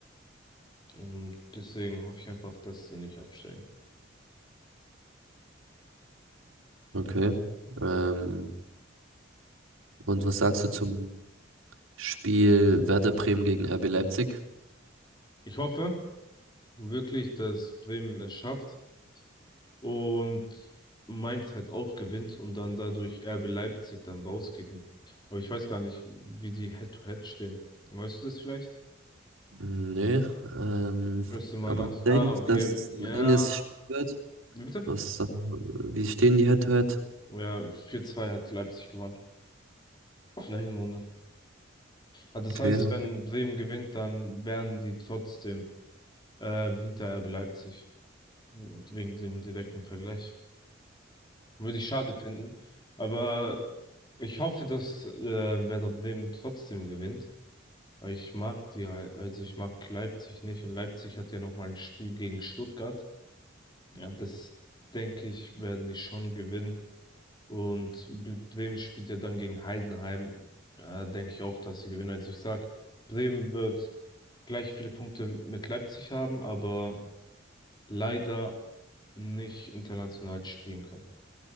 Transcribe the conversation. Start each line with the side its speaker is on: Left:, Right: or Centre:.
Left: Und deswegen hoffe ich einfach, dass sie nicht absteigen.
Right: Okay. Ähm, und was sagst du zum Spiel Werder Bremen gegen RB Leipzig?
Left: Ich hoffe wirklich, dass Bremen es schafft und Mainz halt auch gewinnt und dann dadurch RB Leipzig dann rauskicken. Aber ich weiß gar nicht, wie die Head-to-Head stehen. Weißt du das vielleicht?
Right: Nee, ähm,
Left: Ich müsste mal
Right: aber
Left: nach.
Right: ich denke,
Left: Ah, okay.
Right: dass es
Left: Ja.
Right: ein enges Spiel wird.
Left: Wie bitte?
Right: Was, sag- wie stehen die Head-to-Head?
Left: Ja, 4-2 hat Leipzig gewonnen. In der Hinrunde. Ah, das
Right: Okay,
Left: heißt,
Right: okay.
Left: wenn Bremen gewinnt, dann wären die trotzdem ähm, hinter RB Leipzig. Und Wegen dem direkten Vergleich. Würde ich schade finden. Aber ich hoffe, dass äh, Werder Bremen trotzdem gewinnt. Weil Ich mag die halt, also ich mag Leipzig nicht und Leipzig hat ja nochmal ein Spiel gegen Stuttgart. Ja, das denke ich, werden die schon gewinnen. Und Bre- Bremen spielt ja dann gegen Heidenheim. Ja, denke ich auch, dass sie gewinnen. Also ich sag, Bremen wird gleich viele Punkte mit Leipzig haben, aber leider nicht international spielen können.